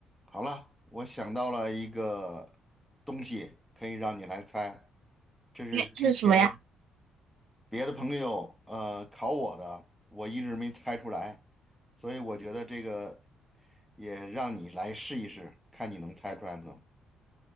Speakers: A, in the centre; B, on the right.
A: 好了，我想到了一个东西，可以让你来猜。这是之前
B: 这是什么呀？
A: 别的朋友呃考我的，我一直没猜出来，所以我觉得这个也让你来试一试，看你能猜出来不能。